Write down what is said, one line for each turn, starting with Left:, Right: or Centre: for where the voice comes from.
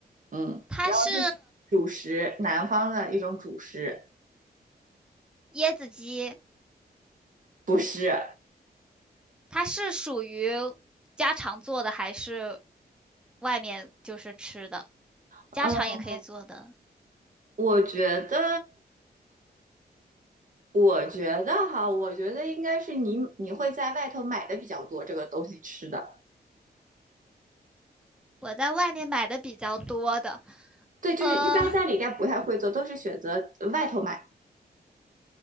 Right: 嗯，
Centre: 它是
Right: 是主食，南方的一种主食，
Centre: 椰子鸡，
Right: 不是。
Centre: 它是属于家常做的还是外面就是吃的？
Right: 嗯。
Centre: 家常也可以做的。
Right: 我觉得，我觉得哈，我觉得应该是你你会在外头买的比较多这个东西吃的。
Centre: 我在外面买的比较多的，
Right: 对，就是一般家里应该不太会做，
Centre: 呃，
Right: 都是选择外头买，